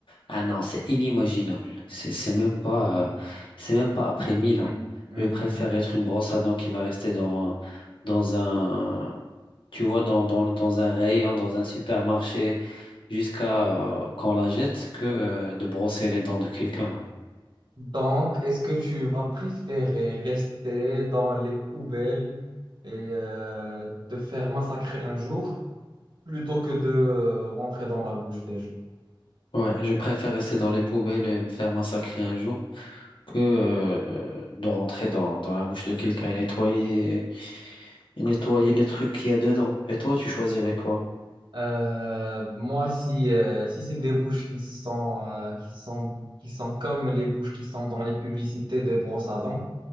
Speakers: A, on the left; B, on the right.
A: Ah non, c'est inimaginable. C'est c'est même pas, euh, c'est même
B: Hmm.
A: pas après mille
B: Hmm,
A: ans.
B: hmm,
A: Je préfère
B: hmm,
A: être
B: hmm.
A: une brosse à dents qui va rester dans, dans un, tu vois, dans, dans, dans un rayon, dans un supermarché, jusqu'à euh, qu'on la jette, que euh, de brosser les dents de quelqu'un.
B: Donc, est-ce que tu vas préférer rester dans les poubelles et euh, te faire massacrer un jour plutôt que de euh, rentrer dans la bouche des gens?
A: Ouais, je préfère rester dans les poubelles et me faire massacrer un jour que euh, de rentrer dans, dans la bouche de quelqu'un et nettoyer, et nettoyer les trucs qu'il y a dedans. Et toi, tu choisirais quoi?
B: Euh, moi, si, euh, si c'est des bouches qui sont, euh, qui sont, qui sont comme les bouches qui sont dans les publicités des brosses à dents,